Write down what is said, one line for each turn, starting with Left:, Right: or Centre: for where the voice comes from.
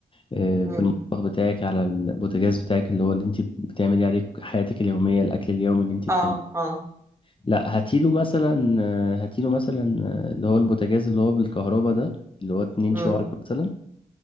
Left: آه،
Right: امم
Left: في المطبخ بتاعك على البوتاجاز بتاعك اللي هو اللي انت بتعملي عليه حياتك اليومية الأكل اليومي اللي انت بتعمله
Right: اه اه
Left: لا هاتيله مثلا آه، هاتيله مثلا آه، اللي هو البوتاجاز اللي هو بالكهرباء ده اللي هو اتنين
Right: امم
Left: شعل مثلا